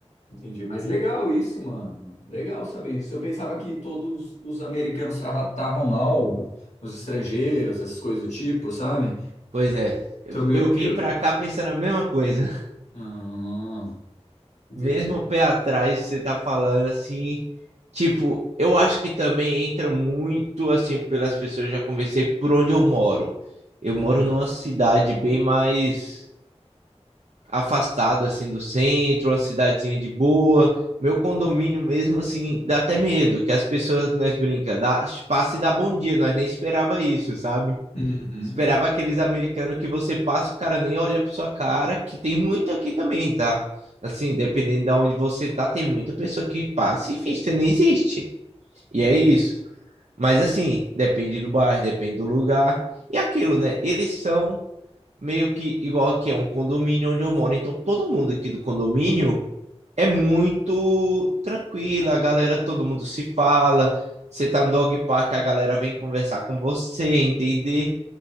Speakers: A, on the left; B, on the right.
A: Entendi. Mas legal isso, mano. Legal saber isso. Eu pensava que todos os americanos tratavam mal os estrangeiros, essas coisas do tipo, sabe?
B: Pois é. Eu
A: Então meio
B: eu
A: que.
B: vim
A: eu-
B: pra cá pensando a mesma coisa. <laughs>
A: Ah, entendi.
B: Mesmo o pé atrás, você tá falando assim, tipo, eu acho que também entra muito assim pelas pessoas, eu já conversei por onde eu moro. Eu moro
A: Ah.
B: numa cidade bem mais afastado assim do centro, uma cidadezinha de boa. Meu condomínio mesmo assim dá até medo, que as pessoas nós brinca, dá, passa e dá bom dia, nós nem esperava isso, sabe?
A: Uhum.
B: Esperava aqueles americanos que você passa, o cara nem olha pra sua cara, que tem muito aqui também, tá? Assim, dependendo de onde você tá, tem muita pessoa que passa e finge que você nem existe. E é isso. Mas assim, depende do bairro, depende do lugar. E aquilo, né? Eles são meio que igual aqui, é um condomínio onde eu moro, então todo mundo aqui do condomínio é muito tranquila, a galera, todo mundo se fala. Você tá no dog park, a galera vem conversar com você, entender.